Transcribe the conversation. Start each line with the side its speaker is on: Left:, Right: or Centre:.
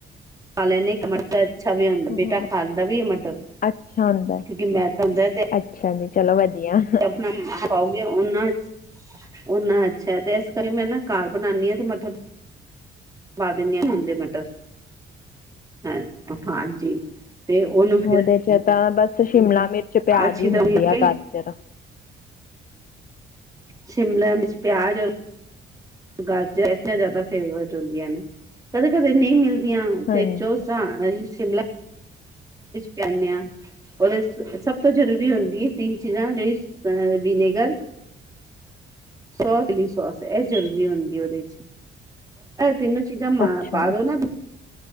Right: ਪਾਂ ਲੈਨੇ ਖਾ ਲੈਂਦੇ ਮਟਰ ਤਾਂ ਅੱਛਾ ਵੀ ਹੁੰਦਾ
Left: ਹਾਂ
Right: ਬੇਟਾ ਖਾਂਦਾ ਵੀ ਐ ਮਟਰ
Left: ਅੱਛਾ ਹੁੰਦਾ
Right: ਕਿਉਂਕਿ ਮੈਂ ਤਾਂ <unintelligible>
Left: ਅੱਛਾ ਜੀ ਚਲੋ ਵਧੀਆ।
Right: ਆਪਣਾ ਪਾਓਗੇ ਓਨਾਂ ਓ ਨੈ ਅੱਛਾ ਤੇ ਐਸ ਕਰ ਮੈਂ ਨਾ ਕਾਰ ਬਣਾਨੀ ਆ ਤੇ ਮਟਰ ਪਾ ਦਿੰਨੇ ਆ ਮੁੱਲ ਦੇ ਮਟਰ ਹੈ। ਹਾਂਜੀ ਤੇ ਓਨੂੰ ਫਿਰ
Left: ਉਹਦੇ ਚ ਤਾਂ ਬਸ ਸ਼ਿਮਲਾ ਮਿਰਚ ਪਿਆਜ
Right: ਅੱਛੀ
Left: ਹੀ
Right: ਤਰ੍ਹਾਂ
Left: ਹੁੰਦੀ ਆ
Right: ਕੇ
Left: ਘਰ ਚ ਜਰਾ
Right: ਸ਼ਿਮਲ ਵਿੱਚ ਪਿਆਜ ਔਰ ਗਾਜਰ ਇੱਥੇ ਜ਼ਿਆਦਾ ਫੇਵਰੇਟ ਹੁੰਦੀਆਂ ਨੇ ਕਦੇ ਕਦੇ ਨਹੀਂ ਮਿਲਦੀਆਂ
Left: ਹਾਂਜੀ
Right: ਤੇ ਜੋ ਜ ਸ਼ਿਮਲਾ ਪੈਂਦੇ ਹਾਂ ਉਹਦੇ ਸਭ ਤੋਂ ਜਰੂਰੀ ਹੁੰਦੀ ਹੈ। ਤਿੰਨ ਚੀਜ਼ਾ ਵੀ ਵਿਨੇਗਰ ਸੋਸ ਚਲੀ ਸੋਸ ਇਹ ਜ਼ਰੂਰੀ ਹੁੰਦੀ ਉਹਦੇ ਚ। ਤਿੰਨੋ ਚੀਜ਼ਾਂ ਮ
Left: ਅੱਛਾ
Right: ਪਾ ਦੋ ਨਾ